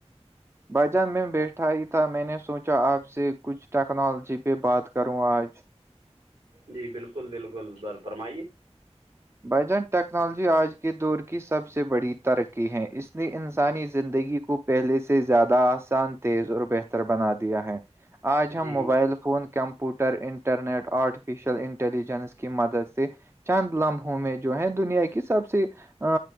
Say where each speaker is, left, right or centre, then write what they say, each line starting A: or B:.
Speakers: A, on the right; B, on the right.
A: باجا میں بیٹھا ہی تھا میں نے سوچا کیا آپ سے کچھ ٹیکنالوجی پہ بات کروں آج
B: جی بالکل بالکل بر فرمائیے
A: بجن ٹیکنالوجی آج کے دور کی سب سے بڑی ترقی ہے اس نے انسانی زندگی کو پہلے سے زیادہ آسان تیز اور بہتر بنا دیا ہے آج
B: جی
A: ہم موبائل ف phone computer internet artificial intelligence کی مدد سے چند لمب میں جو ہے دنیا کی سب سے ا